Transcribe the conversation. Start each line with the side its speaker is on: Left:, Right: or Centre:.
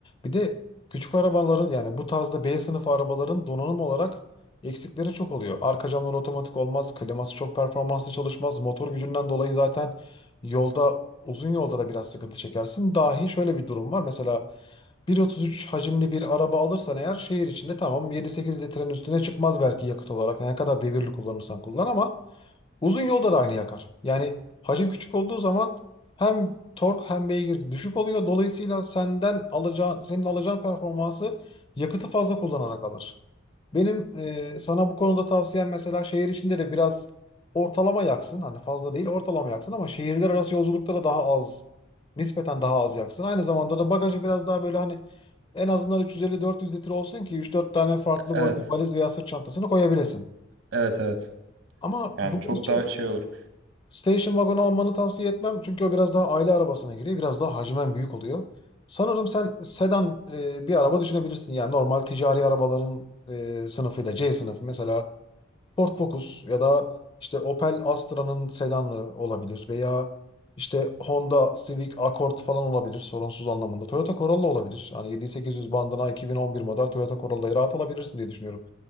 Left: Bir de küçük arabaların yani bu tarzda B sınıfı arabaların donanım olarak eksikleri çok oluyor. Arka camlar otomatik olmaz, kliması çok performanslı çalışmaz. Motor gücünden dolayı zaten yolda uzun yolda da biraz sıkıntı çekersin. Dahi şöyle bir durum var. Mesela 1.33 hacimli bir araba alırsan eğer şehir içinde tamam 7-8 litrenin üstüne çıkmaz belki yakıt olarak. Ne kadar devirli kullanırsan kullan ama Uzun yolda da aynı yakar. Yani hacim küçük olduğu zaman hem tork hem beygir düşük oluyor. Dolayısıyla senden alacağın, senin alacağın performansı yakıtı fazla kullanarak alır. Benim e, sana bu konuda tavsiyem mesela şehir içinde de biraz ortalama yaksın. Hani fazla değil ortalama yaksın ama şehirler arası yolculukta da daha az, nispeten daha az yaksın. Aynı zamanda da bagajı biraz daha böyle hani en azından 350-400 litre olsun ki 3-4 tane farklı
Right: Evet.
Left: boyutlu valiz veya sırt çantasını koyabilesin.
Right: Evet evet.
Left: Ama
Right: Yani
Left: bunun
Right: çok
Left: için
Right: daha şey olur.
Left: Station wagon almanı tavsiye etmem. Çünkü o biraz daha aile arabasına giriyor. Biraz daha hacmen büyük oluyor. Sanırım sen sedan e, bir araba düşünebilirsin. Yani normal ticari arabaların e, sınıfıyla C sınıfı mesela Ford Focus ya da işte Opel Astra'nın sedanı olabilir veya işte Honda Civic Accord falan olabilir sorunsuz anlamında. Toyota Corolla olabilir. Hani 7800 bandına 2011 model Toyota Corolla'yı rahat alabilirsin diye düşünüyorum.